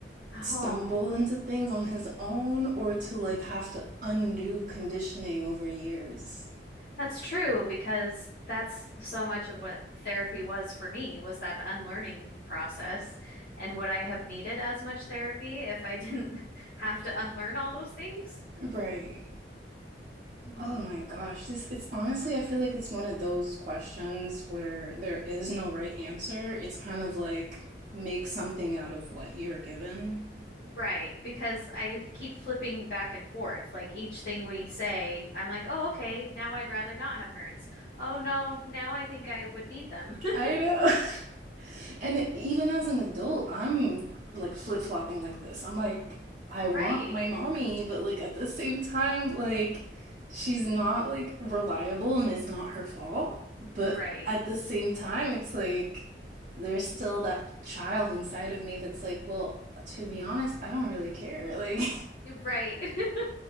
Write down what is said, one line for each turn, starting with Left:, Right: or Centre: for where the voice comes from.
Left: Oh,
Right: stumble into things on his own or to like have to undo conditioning over years?
Left: That's true because that's so much of what therapy was for me was that unlearning process. And would I have needed as much therapy if I didn't <laughs> have to unlearn all those things?
Right: Right.
Left: Hmm.
Right: Oh my gosh, this it's honestly I feel like it's one of those questions where there is no right answer. It's kind of like make something out of what you're given.
Left: Right, because I keep flipping back and forth. Like each thing we say, I'm like, oh, okay, now I'd rather not have parents. Oh, no, now I think I would need them. <laughs>
Right: I know. <laughs> And even as an adult, I'm like flip-flopping like this. I'm like, I
Left: Right,
Right: want my mommy, but like at the same time, like she's not like reliable and it's not her fault. But
Left: right,
Right: at the same time, it's like there's still that child inside of me that's like, well, to be honest, I don't really care. Like,
Left: right. <laughs>